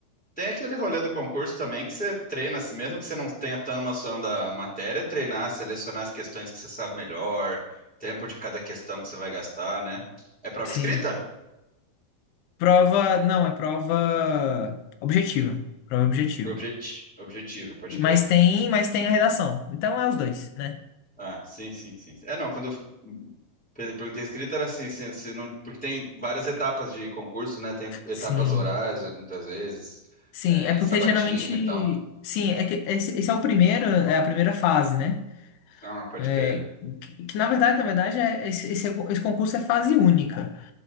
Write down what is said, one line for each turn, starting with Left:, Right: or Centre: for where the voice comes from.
Centre: tem aquele rolê do concurso também que você treina, assim, mesmo que você não tenha tão noção da matéria, treinar, selecionar as questões que você sabe melhor, tempo de cada questão que você vai gastar, né? É prova
Left: Sim.
Centre: escrita?
Left: Prova, não, é prova objetiva. Prova objetiva.
Centre: Objeti- objetiva, pode
Left: E-
Centre: crer.
Left: Mas tem, mas tem a redação. Então é os dois, né?
Centre: Ah, sim, sim, sim. É, não, quando eu pe- perguntei escrita era assim, se, se não, porque tem várias etapas de concurso, né? Tem etapas
Left: Sim,
Centre: orais, muitas vezes,
Left: sim,
Centre: é,
Left: é porque
Centre: sabatina
Left: geralmente,
Centre: e tal.
Left: sim, é que esse, esse é o primeiro, é a primeira fase, né?
Centre: Ah, pode
Left: É,
Centre: crer.
Left: que, que, na verdade, na verdade, é, esse, esse, esse concurso é fase única.